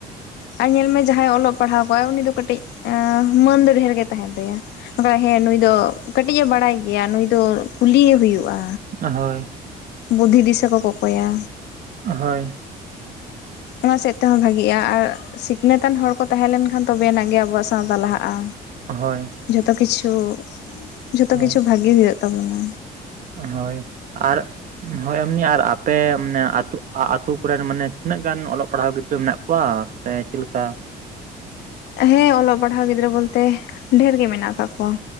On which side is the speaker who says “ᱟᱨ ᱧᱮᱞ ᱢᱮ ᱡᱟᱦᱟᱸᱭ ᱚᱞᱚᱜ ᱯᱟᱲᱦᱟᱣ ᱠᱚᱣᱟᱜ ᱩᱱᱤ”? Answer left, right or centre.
Left